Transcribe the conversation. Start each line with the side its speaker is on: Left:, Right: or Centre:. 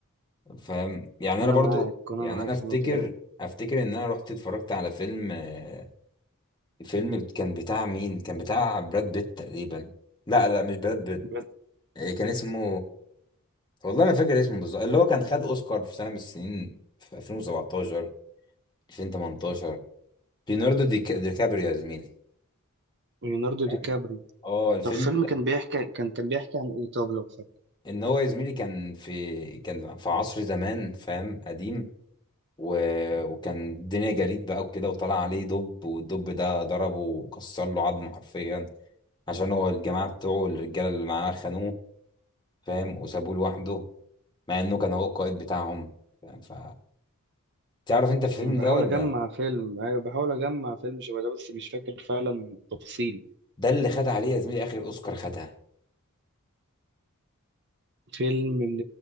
Left: فاهم يعني انا
Right: انا
Left: برضو
Right: معاك انا
Left: يعني
Right: معاك
Left: انا افتكر
Right: في النقطة دي
Left: افتكر ان انا رحت اتفرجت على فيلم آه، فيلم كان بتاع مين كان بتاع براد بيت تقريبا لا لا مش براد بيت
Right: بجد،
Left: آه، كان اسمه والله ما فاكر اسمه بالظبط اللي هو كان خد اوسكار في سنه من السنين في 2017 2018 ليوناردو دي كابريو يا زميلي
Right: ليوناردو
Left: فاهم
Right: دي كابري
Left: اه الفيلم
Right: طب فيلم
Left: ده-
Right: كان بيحكي كان كان بيحكي عن ايه طب لو فاكر
Left: ان هو يا زميلي كان في كان في عصر زمان فاهم قديم و... وكان الدنيا جليد بقى وكده وطلع عليه دب والدب ده ضربه وكسر له عظم حرفيا عشان هو الجماعه بتوعه الرجاله اللي معاه خانوه فاهم وسابوه لوحده مع انه كان هو القائد بتاعهم فاهم ف تعرف انت الفيلم
Right: أنا بحاول
Left: ده ولا
Right: أجمع فيلم أيوة بحاول أجمع فيلم شبه ده بس مش فاكر فعلا تفاصيل
Left: ده اللي خد عليه يا زميلي اخر اوسكار خدها
Right: فيلم ل-